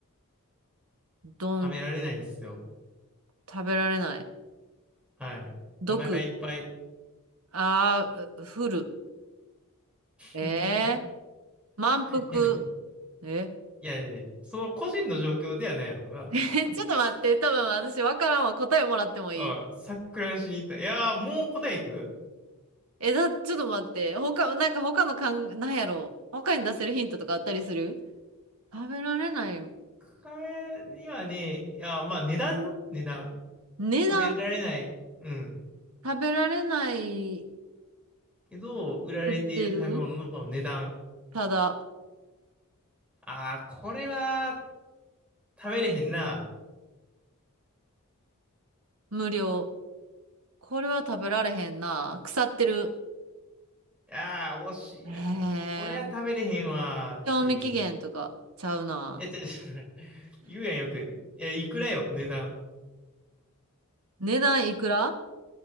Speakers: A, on the right (about 80°); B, in the centre.
A: どん、
B: 食べられないんですよ。
A: 食べられない。
B: はい。
A: 毒。
B: お腹いっぱい。
A: あー、ふる。えー、
B: <laughs>
A: 満腹。
B: いやでも、
A: え
B: いやいや、その個人の状況ではないのが、
A: <laughs> ちょっと待って、多分私分からんわ。答えもらってもいい
B: あ、錯乱しに行った。いやー、もう答えいく
A: え、だ、ちょっと待って。他、なんか他のかん、なんやろう。他に出せるヒントとかあったりする食べられない。
B: 他にはね、いやー、まあ値段よ、値段。
A: 値段、
B: 食べられない。うん。
A: 食べられない、
B: けど、売られている食べ物の値段。
A: 売ってるただ、
B: ああ、これは食べれへんな。
A: 無料。これは食べられへんな。腐ってる。
B: ああ、惜しいな。
A: へえ。
B: これは食べれへんわーっ
A: 賞味期限とかちゃうな。
B: て。え、違う違う。言うやんよく。いや、いくらよ、値段。
A: 値段いくら